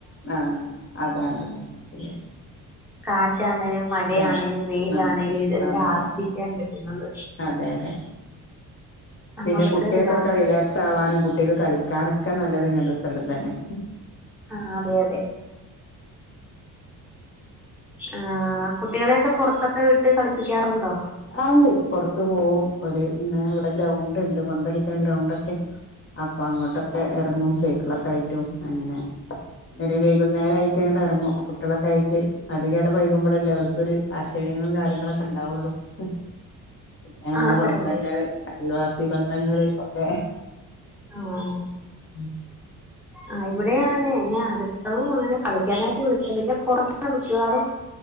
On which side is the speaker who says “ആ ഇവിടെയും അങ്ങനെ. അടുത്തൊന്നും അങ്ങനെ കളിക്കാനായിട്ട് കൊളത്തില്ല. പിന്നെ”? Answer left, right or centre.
Centre